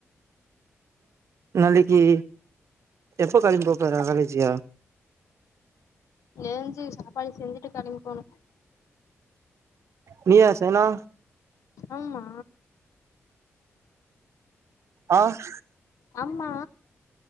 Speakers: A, on the right; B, on the left.
A: நாளக்கி எப்ப கெளம்பி போப்போற வேலக்கி
B: ஏஞ்சு சாப்பாடு செஞ்சுட்டு கெளம்பி போனு
A: நீயா செய்னு?
B: ஆமா
A: ஆஹ்
B: ஆமா